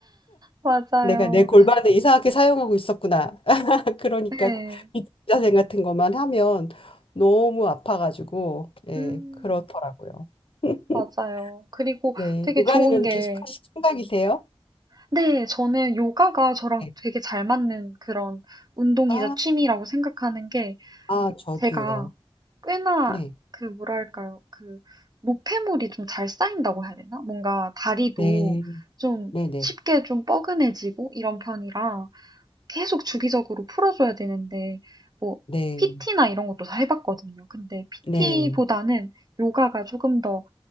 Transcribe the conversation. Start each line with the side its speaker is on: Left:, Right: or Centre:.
Right: 맞아요.
Left: 내가 내 골반을 이상하게 사용하고 있었구나. <laughs> 그러니까
Right: 네.
Left: 비둘기 자세 같은 것만 하면 너무 아파가지고, 예,
Right: 음,
Left: 그렇더라고요. <laughs>
Right: 맞아요. 그리고
Left: 네.
Right: 되게
Left: 육아는
Right: 좋은
Left: 그럼
Right: 게,
Left: 계속 하실 생각이세요?
Right: 네, 저는 요가가 저랑
Left: 네.
Right: 되게 잘 맞는 그런 운동이자
Left: 아,
Right: 취미라고 생각하는 게,
Left: 아, 저도요.
Right: 제가 꽤나
Left: 네.
Right: 그 뭐랄까요 그 노폐물이 좀 잘 쌓인다고 해야 되나? 뭔가 다리도
Left: 네.
Right: 좀
Left: 네 네.
Right: 쉽게 좀 뻐근해지고 이런 편이라 계속 주기적으로 풀어줘야 되는데 뭐
Left: 네.
Right: PT나
Left: 네.
Right: 이런 것도 다 해봤거든요. 근데 PT보다는
Left: 네.
Right: 요가가 조금 더